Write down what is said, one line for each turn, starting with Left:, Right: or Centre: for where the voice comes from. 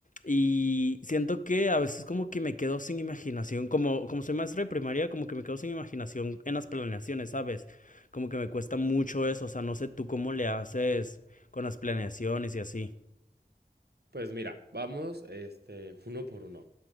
Left: Y siento que a veces como que me quedo sin imaginación, como, como soy maestro de primaria, como que me quedo sin imaginación en las planeaciones, ¿sabes? Como que me cuesta mucho eso, o sea, no sé tú cómo le haces con las planeaciones y así.
Right: Pues mira, vamos este uno por uno.